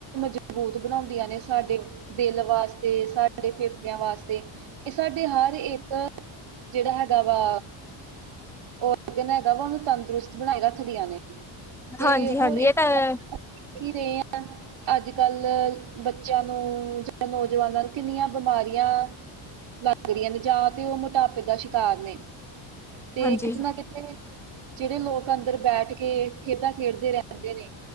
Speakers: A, on the right; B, in the centre.
A: ਸਬੂਤ, ਬਣਾਉਂਦੀਆਂ ਨੇ ਸਾਡੇ ਦਿਲ ਵਾਸਤੇ, ਸਾਡੇ ਫੇਫੜਿਆਂ ਵਾਸਤੇ ਇਹ ਸਾਡੇ, ਹਰ ਇੱਕ ਜਿਹੜਾ ਹੈਗਾ ਵਾ ਉਹ ਕਹਿੰਦਾ ਹੈਗਾ ਵਾ, ਉਹਨੂੰ ਤੰਦਰੁਸਤ ਬਣਾਈ ਰੱਖਦੀਆਂ ਨੇ। ਤੇ
B: ਹਾਂਜੀ
A: ਹੋਰ
B: ਹਾਂਜੀ
A: ਇਸ
B: ਇਹ ਤਾਂ
A: ਦੇਖ ਹੀ ਰਹੇ ਹਾਂ। <inaudible> ਅੱਜ -ਕੱਲ੍ਹ ਬੱਚਿਆਂ ਨੂੰ ਜਾਂ ਨੌਜਵਾਨਾਂ ਨੂੰ, ਕਿੰਨੀਆਂ ਬਿਮਾਰੀਆਂ ਲੱਗ ਰਹੀਆਂ ਨੇ, ਜਾਂ ਤੇ ਉਹ ਮੋਟਾਪੇ ਦਾ ਸ਼ਿਕਾਰ ਨੇ ਤੇ
B: ਹਾਂਜੀ
A: ਕਿਤੇ ਨਾ ਕਿਤੇ ਜਿਹੜੇ ਲੋਕ, ਅੰਦਰ ਬੈਠ ਕੇ ਖੇਡਾਂ, ਖੇਡਦੇ ਰਹਿੰਦੇ ਨੇ।